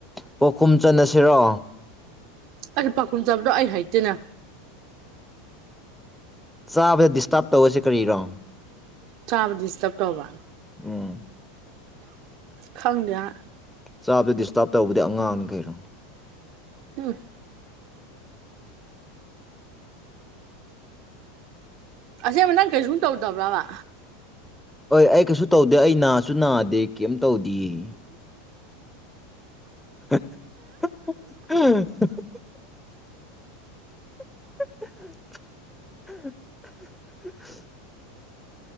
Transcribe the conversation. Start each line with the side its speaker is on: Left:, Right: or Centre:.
Centre: ꯄꯥꯎꯈꯨꯝ ꯆꯟꯅꯁꯤꯔꯣ
Right: ꯑꯩ ꯄꯥꯈꯨꯝ ꯆꯟꯕꯗꯣ ꯑꯩ ꯍꯩꯇꯦꯅꯦ
Centre: ꯆꯥꯕꯗ ꯗꯤꯁꯇꯥꯕ ꯇꯧꯔꯁꯤ ꯀꯔꯤꯔꯣ
Right: ꯆꯥꯕ ꯗꯤꯁꯇꯞ ꯇꯧꯕ
Centre: ꯎꯝ
Right: ꯈꯪꯗꯦ ꯍꯥ
Centre: ꯆꯥꯕꯗ ꯗꯤꯁꯇꯥꯕ ꯇꯧꯕꯗꯤ ꯑꯉꯥꯡꯅꯤ ꯀꯩꯅꯣ
Right: ꯍꯝ ꯑꯖꯦꯡꯕ ꯅꯪ ꯀꯩꯖꯨꯟ ꯇꯧꯗꯕ꯭ꯔꯥꯕ
Centre: ꯍꯣꯏ ꯑꯩ ꯀꯩꯁꯨ ꯇꯧꯗꯦ ꯑꯩ ꯅꯥꯁꯨ ꯅꯥꯗꯦ ꯀꯩꯝ ꯇꯧꯗꯤꯌꯦ <unintelligible> <unintelligible>